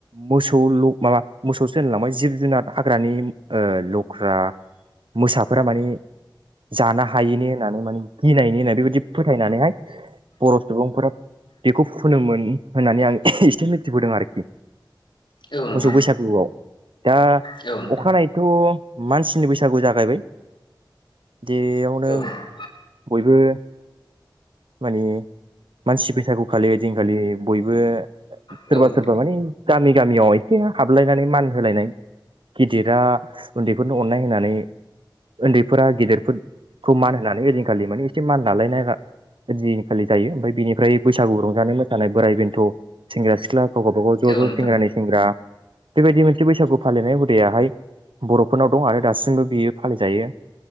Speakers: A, on the right (about 90°); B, on the left (about 70°).
A: मोसौ माबा मोसौसो होनलांबाय जिब जुनार हाग्रानि लख्रा
B: <inaudible>
A: मोसाफोरा माने जानो हायैनि होननानै माने गिनायनि होननानै बेबायाददि फोथायनानैहाय बर' सुबुंफोरा बेखौ फोनोमोन होननानै आं एसे मिथिबोदों आरोखि
B: औ नोंथां
A: मोसौ बैसागुआव दा
B: औ नोंथां
A: अखानायैथ' मानसिनि बैसागु जागायबाय बेयावनो
B: औ नोंथां
A: बयबो माने मानसि फैसागु खालि दिनखालि बयबो
B: औ
A: सोरबा
B: नोंथां
A: सोरबा माने गामि गामियाव एसे हाबलायनानै मान होलायनाय गिदिरा उन्दैफोरनो अननाय होनानै उन्दैफोरा गेदेरफोरखौ मान होनानै ओजिखालि माने एसे मान लालायनाय आजिखालि जायो ओमफ्राय बिनिफ्राय बैसागु रंजानाय मोसानाय बोराइ बेन्थ' सेंग्रा सिख्ला गाव गावबागाव ज'
B: औ
A: ज'
B: नोंथां
A: सेंग्रानि सेंग्रा बेबायदि मोनसे बैसागु फालिनाय हुदायाहाय बर'फोरनाव दं आरो दासिमबो बियो फालिजायो